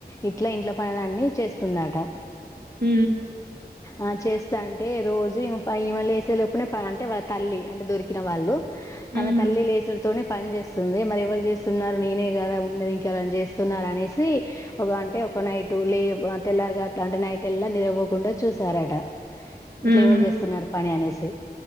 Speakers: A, on the left (about 20°); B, on the right (about 70°).
A: ఇట్లా ఇంట్ల పనుల అన్నిీ చేస్తుందట
B: హ
A: ఆ చేస్తా అంటే రోజు ఈమల్ళ వేసే లోపునే ప అంటే వాళ్ళ తల్లి అంటే దొరికిన వాళ్ళు
B: హ్మ్.
A: తన తల్లి లేేసుడుతోనే పని చేస్తుంది మరిఎవళ్ చేస్ స్తున్నారు నేనే కదా ఉండది చేస్తున్నారు అనే సీ అంటే ఒక నైట్ లే తెల్లారు గట్లా అంటే నైట్ ఎల్ల నిద్రపోకు కుండా చూసారట
B: హ్మ్.
A: ఇట్లా ఎవళ చేస్తున్నారు పని అనే సి